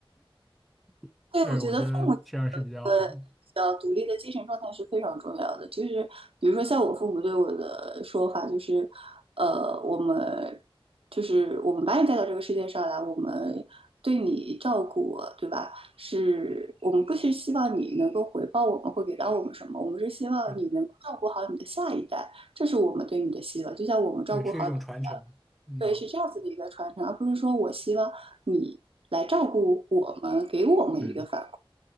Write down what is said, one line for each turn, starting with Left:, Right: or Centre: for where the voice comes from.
Centre: <laughs>
Right: 对，
Centre: 对，
Right: 我觉得父母有一个比较独立的精神状态是非常重要的。
Centre: 我觉得这样是比较好。
Right: 就是比如说，像我父母对我的说法，就是，呃，我们就是我们把你带到这个世界上来，我们对你照顾，对吧？是我们不是希望你能够回报我们会给到我们什么，我们是希望你能够照顾好你的下一代，
Centre: 对，的，
Right: 这是我们对你的希望。就像我们照顾好你，
Centre: 对，是一种传承。嗯，
Right: 对，是这样子的一个传承，而不是说我希望你来照顾我们，给我们一个反馈。
Centre: 嗯，